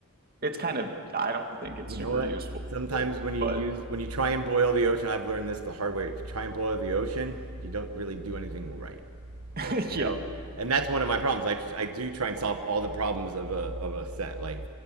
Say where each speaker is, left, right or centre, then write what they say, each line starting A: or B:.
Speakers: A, on the right; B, on the right.
A: it's kind of i don't think it's
B: You
A: super
B: know what?
A: useful
B: Sometimes when you
A: but
B: use when you try and boil the ocean, I've learned this the hard way. If you try and boil the ocean, you don't really do anything right,
A: <laughs>
B: right? You
A: yeah
B: know, and that's one of my problems. I, I do try and solve all the problems of a of a set. Like,